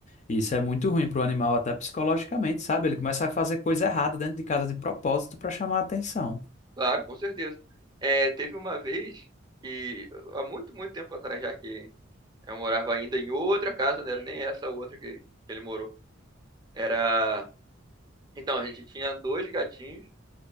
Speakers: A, on the left; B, on the right.
A: Isso é muito ruim pro animal, até psicologicamente, sabe? Ele começa a fazer coisa errada dentro de casa de propósito pra chamar a atenção.
B: Claro, com certeza. É, teve uma vez que, há muito, muito tempo atrás já, que eu morava ainda em outra casa, não era nem essa outra que, que ele morou. Era. Então, a gente tinha dois gatinhos